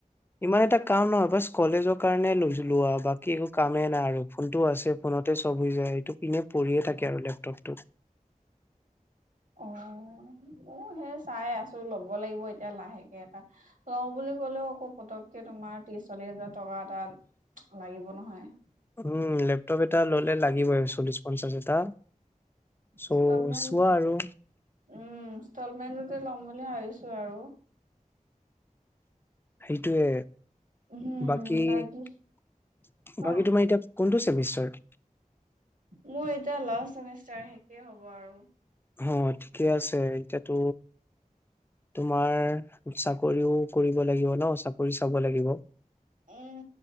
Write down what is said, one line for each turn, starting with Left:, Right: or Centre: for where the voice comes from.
Left: ইমান এটা কাম নহয় বাচ কলেজৰ কাৰণে লৈচিলো আ বাকী একো কামেই নাই আৰু ফোনটো আছে ফোনতে চব হৈ যায় এইটো এনে পৰিয়েই থাকে আৰু লেপটপটো।
Right: অ', অ', হে চাই আছো। ত' ল'ব লাগিব এতিয়া লাহেকে এটা লওঁ বুলি ক'লেও আকৌ পতককে তোমাৰ ত্ৰিছ, চল্লিছ হাজাৰ টকা এটা লাগিব নহয়।
Left: উম, লেপটপ এটা ল'লে লাগিবই চল্লিশ, পঞ্চাছ এটা। চ'
Right: ইনষ্টলমেন্ট
Left: চোৱা আৰু
Right: উম, ইনষ্টলমেন্টতে ল'ম বুলি ভাবিছো আৰু।
Left: সেইটোৱে।
Right: উম
Left: বাকী-বাকী
Right: বাকী কোৱা
Left: তোমাৰ এতিয়া কোনটো চেমিষ্টাৰ?
Right: মোৰ এতিয়া লাষ্ট চেমিষ্টাৰ শেষেই হ'ব আৰু।
Left: হ ঠিকে আছে এতিয়াতো তোমাৰ চাকৰিও কৰিব লাগিব ন, চাকৰি চাব লাগিব।
Right: উম,